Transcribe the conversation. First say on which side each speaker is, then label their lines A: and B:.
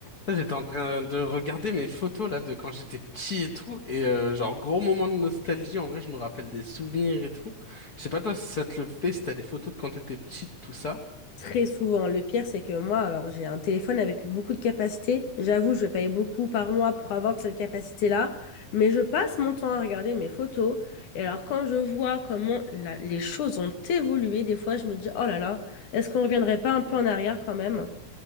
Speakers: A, on the left (about 35°); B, on the left (about 70°).
A: Là, J'étais en train de regarder mes photos là de quand j'étais petit et tout et euh, genre gros moment de nostalgie en vrai je me rappelle des souvenirs et tout. Je sais pas toi si ça te le fait si t'as des photos de quand t'étais petite tout ça.
B: Très souvent. Le pire, c'est que moi, alors j'ai un téléphone avec beaucoup de capacité. J'avoue, je vais payer beaucoup par mois pour avoir cette capacité-là. Mais je passe mon temps à regarder mes photos. Et alors, quand je vois comment la- les choses ont évolué, des fois, je me dis, oh là là, est-ce qu'on reviendrait pas un peu en arrière quand même?